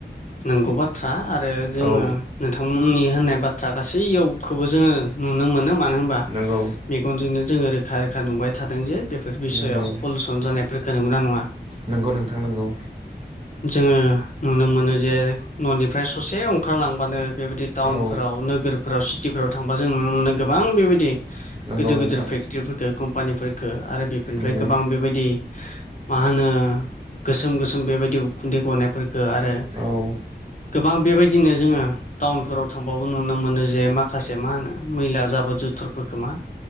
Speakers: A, on the left; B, on the right.
A: नंगौ
B: औ
A: बाथ्रा आरो जोङो नोंथांमोननि होननाय बाथ्रा गासैयावखौबो जोङो। नुनो मोनो मानो होनबा
B: नंगौ
A: मेगनजोंनो जोङो रोखा रोखा नुबाय थादों जे बेफोर बिसयाव।
B: नंगौ
A: पलुसन जानायफोरखो नंगौना नङा।
B: नंगौ नोंथां नंगौ
A: जोङो नुनो मोनो जे न'निफ्राय ससे अंखारलांबानो बेबायदि टाउनफोराव
B: औ
A: नोगोरफोराव सिटिफोराव थां बा जों नुनो मोनो गोबां बेबायदि
B: नंगौ
A: गिदिर
B: नोंथां
A: गिदिर फेक्टरिफोरखो कम्पानिफोरखो आरो बेफोरनिफ्राय
B: नंगौ
A: गोबां बेबायदि मा होनो गोसोम गोसोम बेबायदि उखुन्दै गनायफोर। आरो
B: औ
A: गोबां बेबायदिनो जोङो टाउनफोराव थांबाबो नुनो मोनो जे माखासे मा होनो मैला जाबो जुथुरफोरखोमा